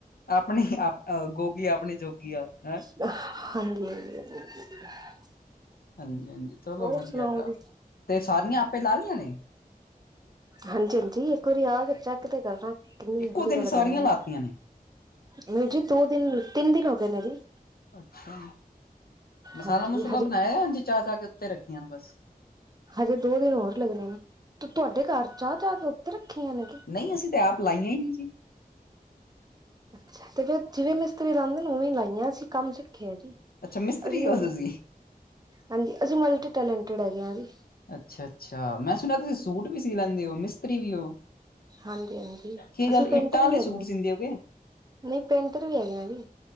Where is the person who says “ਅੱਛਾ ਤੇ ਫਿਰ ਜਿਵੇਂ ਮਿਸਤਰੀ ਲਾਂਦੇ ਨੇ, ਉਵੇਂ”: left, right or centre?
Right